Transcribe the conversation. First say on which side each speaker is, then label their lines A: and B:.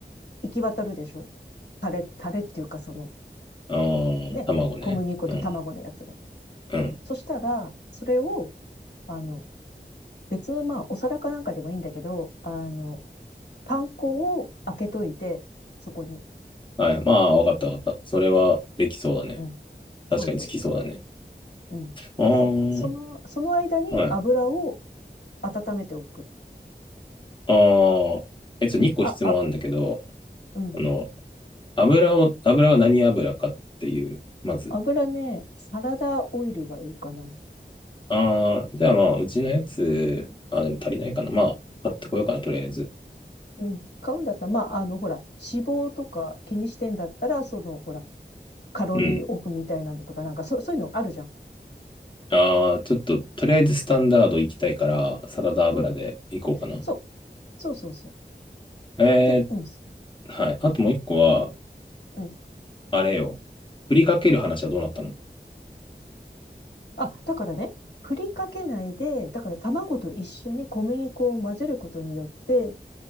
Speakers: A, on the left; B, on the left.
A: 行き渡るでしょタレ、タレっていうか、その、
B: あー、
A: ね、
B: 卵ね。
A: 小麦粉と卵のやつが。
B: うん。うん。
A: そしたら、それを、あの、別の、まあ、お皿かなんかでもいいんだけど、あの、パン粉を開けといて、そこに。
B: はい。まあ、わかったわかった。それはできそうだね。
A: うん。そうそうそ
B: 確かにつきそうだね。
A: う。うん。
B: あー、
A: で、その、その間に油を
B: はい。
A: 温めておく。
B: あー、え、ちょ、2個質問あるんだけど、
A: あ、あ、うん。
B: あの、油を、油は何油かっていう、まず。
A: 油ね、サラダオイルがいいかな。
B: あー、じゃあまあ、うちのやつ、あ、でも足りないかな。まあ、買ってこようかな、とりあえず。
A: うん。買うんだったら、まあ、あの、ほら、脂肪とか気にしてんだったら、その、ほら、カロリーオフみたいなのとか、
B: うん。
A: なんか、そう、そういうのあるじゃん。
B: ああ、ちょっと、とりあえずスタンダード行きたいから、サラダ油で行こうかな。
A: うん。そう。そうそうそう。
B: え
A: で、うん。
B: ー、はい。あともう一個は、
A: うん。
B: あれよ。振りかける話はどうなったの
A: あ、だからね、振りかけないで、だから卵と一緒に小麦粉を混ぜることによって、